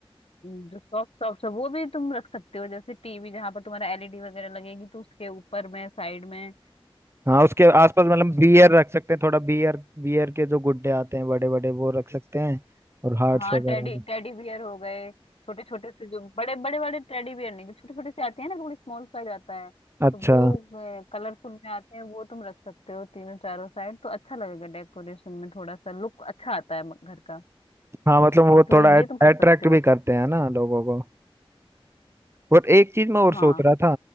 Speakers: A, on the left (about 85°); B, on the right (about 25°).
A: जो सॉफ्ट सॉफ्ट वो भी तुम रख सकते हो जैसे टीवी जहां पर तुम्हारा एलईडी वगैरह लगेगी तो उसके ऊपर में साइड में
B: हाँ उसके आसपास मतलब बियर रख सकते हैं थोड़ा बियर बियर के जो गुड्डे आते हैं बड़े बड़े वो रख सकते हैं और हार्ट्स
A: हाँ
B: वगैरह
A: टेडी
B: भी।
A: टेडी बियर हो गए छोटे छोटे से जो बड़े बड़े बड़े टेडी बियर नहीं जो छोटे छोटे से आते हैं ना थोड़ी स्मॉल साइज आता है
B: अच्छा
A: तो वो कलरफुल में आते हैं वो तुम रख सकते हो तीनों चारों साइड तो अच्छा लगेगा डेकोरेशन में थोड़ा सा लुक अच्छा आता है घर का
B: हाँ मतलब वो
A: तो
B: थोड़ा
A: ये तुम कर
B: अट्रैक्ट
A: सकते हो
B: भी करते हैं ना लोगों को और एक चीज मैं और
A: हाँ
B: सोच रहा था